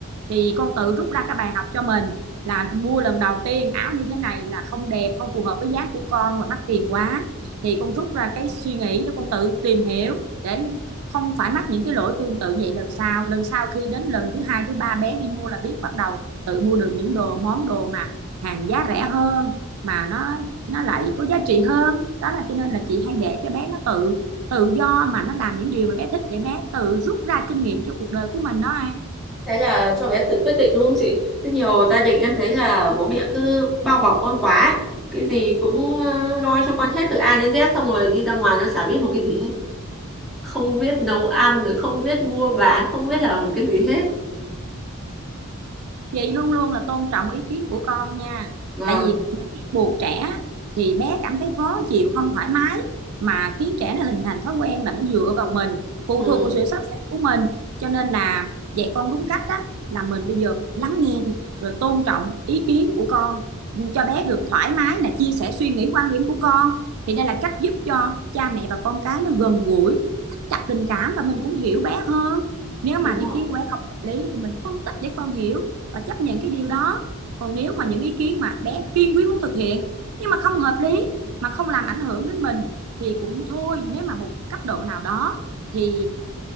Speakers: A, on the right; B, in the centre.
A: thì con tự rút ra cái bài học cho mình là mua lần đầu tiên áo như thế này là không đẹp không phù hợp với dáng của con và mắc tiền quá thì con rút ra cái suy nghĩ đó con tự tìm hiểu để không phải mắc những cái lỗi tương tự vậy lần sau lần sau khi đến lần thứ hai thứ ba bé đi mua là biết bắt đầu tự mua được những đồ món đồ mà hàng giá rẻ hơn mà nó nó lại có giá trị hơn đó là cho nên là chị hay để cho bé nó tự tự do mà nó làm những điều mà bé thích để bé tự rút ra kinh nghiệm cho cuộc đời của mình đó An
B: Thế là cho bé tự quyết định đúng không chị? Thế nhiều gia đình em thấy là bố mẹ cứ bao bọc con quá ấy. Cái gì cũng ờ, lo cho con hết từ A đến Z xong rồi đi ra ngoài nó chả biết một cái gì hết. Không biết nấu ăn, rồi không biết mua bán, không biết làm một cái gì hết.
A: chị luôn luôn là tôn trọng ý kiến của con nha
B: Vâng.
A: tại vì ép buộc trẻ thì bé cảm thấy khó chịu không thoải mái mà khiến trẻ nó hình thành thói quen là nó dựa vào mình phụ
B: Ừ.
A: thuộc vào sự sắp xếp của mình cho nên là dạy con đúng cách đó là mình bây giờ lắng nghe đi rồi tôn trọng ý kiến của con cho bé được thoải mái là chia sẻ suy nghĩ quan điểm của con thì đây là cách giúp cho cha mẹ và con cái nó gần gũi thắt chặt tình cảm và mình cũng hiểu bé hơn nếu mà
B: Đúng rồi.
A: ý kiến của bé không hợp lý thì mình phân tích để con hiểu và chấp nhận cái điều đó còn nếu mà những ý kiến mà bé kiên quyết muốn thực hiện nhưng mà không hợp lý mà không làm ảnh hưởng đến mình thì cũng thôi nếu mà một cấp độ nào đó thì